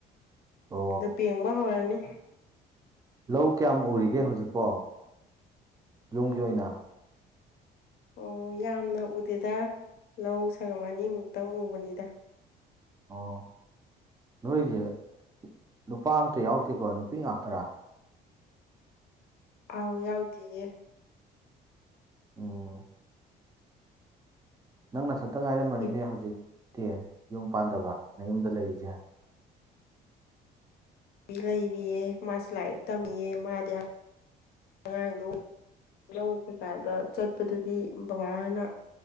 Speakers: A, on the right; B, on the left.
A: ꯑꯣ
B: ꯗ ꯄꯦꯡꯕ ꯍꯧꯔꯅꯤ
A: ꯂꯧ ꯀꯌꯥꯝ ꯎꯔꯤꯒꯦ ꯍꯧꯖꯤꯛꯄꯣ ꯌꯨꯝꯒꯤ ꯑꯣꯏꯅ
B: ꯑꯣ ꯌꯥꯝꯅ ꯎꯗꯦꯗ ꯂꯧ ꯁꯪꯉꯝ ꯑꯅꯤꯃꯨꯛꯇꯪ ꯎꯕꯅꯤꯗ
A: ꯑꯣ ꯅꯣꯏꯁꯦ ꯅꯨꯄꯥ ꯑꯝꯇ ꯌꯥꯎꯗꯦꯀꯣ ꯅꯨꯄꯤ ꯉꯥꯛꯇꯔꯥ
B: ꯑꯥꯎ ꯌꯥꯎꯗꯤꯌꯦ
A: ꯑꯣ ꯅꯪ ꯅꯊꯟꯇ ꯉꯥꯏꯔꯝꯕꯅꯤꯅꯦ
B: ꯏꯕꯤ
A: ꯍꯧꯖꯤꯛꯇꯤ ꯌꯨꯝ ꯄꯥꯟꯗꯕ ꯅꯌꯨꯝꯗ ꯂꯩꯔꯤꯁꯦ
B: ꯂꯩꯔꯤꯑꯦ ꯃꯥꯁꯨ ꯂꯥꯏꯔꯤꯛ ꯇꯝꯃꯤꯑꯦ ꯃꯥꯗꯤ ꯑꯉꯥꯡꯗꯣ ꯂꯧ ꯀꯩꯀꯥꯗ ꯆꯠꯄꯗꯨꯗꯤ ꯕꯕꯥ ꯍꯣꯏꯅ